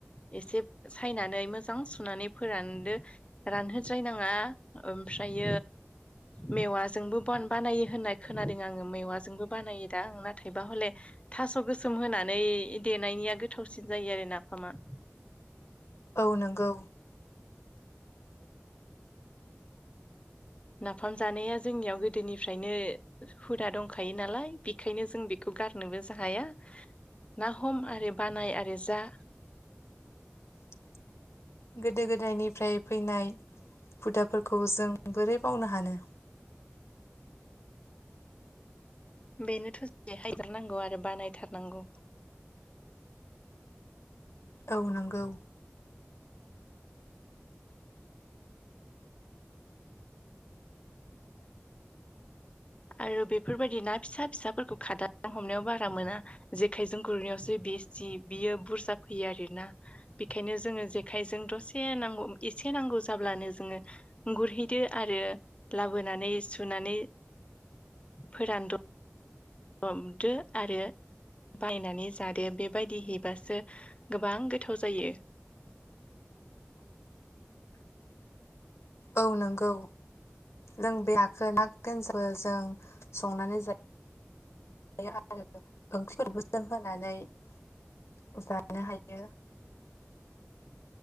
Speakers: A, on the left; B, on the left.
A: एसे सायनानै मोजां सुनानै फोरानदो रानहोद्रायनाङा ओ ओमफ्राय मेवाजोंबो ब बानायो होननाय खोनादों आङो मेवाजोंबो बानायो दा आं नाथायबा हले थास' गोसोम होनानै बे देनायनिया गोथावसिन जायो आरो नाफामा।
B: <inaudible> औ नंगौ।
A: नाफाम जानाया जोंनियाव गोदोनिफ्रायनो हुदा दंखायो नालाय बेखायनो जों बेखौ गारनोबो हाया ना हम आरो बानाय आरो जा।
B: <inaudible> गोदो गोदायनिफ्राय फैनाय हुदाफोरखौ जों बोरै बावनो हानो?
A: बेनो <inaudible> हायगारनांगौ आरो बानायथारनांगौ।
B: औ नंगौ।
A: आरो बेफोरबायदि ना फिसा फिसाफोरखौ खादाजों हमनायाव बारा मोना जेखायजों गुरनायावसो बि बिसथि बियो बुरजा फैयो आरोना बेखायनो जोङो जेखायजों दसे एसे नांगौ जाब्लानो जोङो गुरहैदो आरो लाबोनानै सुनानै फोरानद हमदो आरो बायनानै जादो बेबायदि हैबासो गोबां गोथाव जायो।
B: <inaudible> औ नोंगौ। लोंबाय ना <unintelligible> खौ ना गोनसबो जों संनानै जायो। आरो ओंख्रिफोरखौ जों होनानै <unintelligible> जानो हायो।